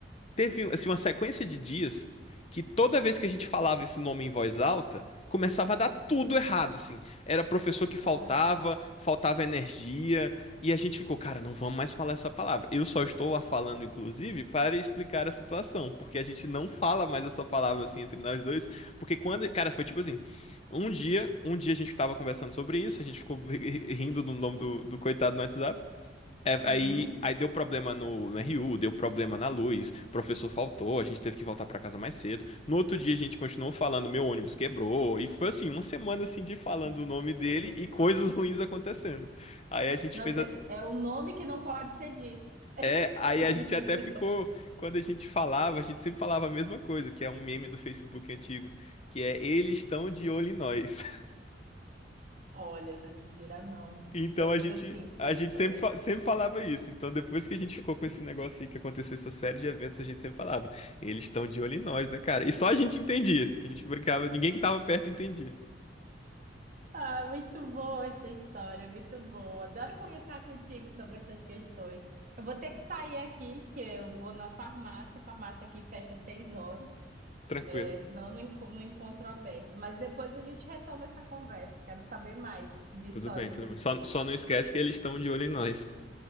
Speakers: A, on the left (about 35°); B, on the right (about 50°).
A: teve um, assim uma sequência de dias que toda vez que a gente falava esse nome em voz alta, começava a dar tudo errado, assim. Era professor que faltava,
B: Caraca.
A: faltava energia, e a gente ficou, cara, não vamos mais falar essa palavra. Eu só estou a falando, inclusive, para explicar a situação, porque a gente não fala mais essa palavra assim entre nós dois, porque quando, cara, foi tipo assim, um dia, um dia a gente tava conversando sobre isso, a gente ficou <laughs> rindo no nome do, do coitado no WhatsApp. É,
B: Uhum.
A: aí, aí deu problema no, no RU, deu problema na luz, o professor faltou, a gente teve que voltar pra casa mais cedo. No outro dia a gente continuou falando, meu ônibus quebrou, e foi assim, uma semana assim de falando
B: Que
A: o nome
B: loucura.
A: dele e coisas <laughs> ruins acontecendo. Aí a gente
B: Não,
A: fez
B: cê-
A: até,
B: é o nome que não pode ser dito. <laughs>
A: é, aí a gente até ficou, quando a gente falava, a gente sempre falava a mesma coisa, que é um meme do Facebook antigo, que é eles estão de olho em nós.
B: Olha, na mentira, não.
A: Então
B: Eu,
A: a gente,
B: eu sinto
A: a
B: isso
A: gente
B: também.
A: sempre, fa- sempre falava isso. Então depois que a gente ficou com esse negócio aí que aconteceu essa série de eventos, a gente sempre falava, eles estão de olho em nós, né, cara? E só a gente entendia. A gente brincava, ninguém que tava perto entendia.
B: Ah, muito boa essa história, muito boa. Adoro conversar contigo sobre essas questões. Eu vou ter que sair aqui, que eu vou na farmácia. A farmácia aqui fecha às seis horas,
A: Tranquilo.
B: é, senão eu não, enco- não encontro aberto. Mas depois a gente retoma essa conversa. Quero saber mais de histórias
A: Tudo bem, tudo
B: desse
A: bem. Só,
B: tipo.
A: só não esquece que eles estão de olho em nós.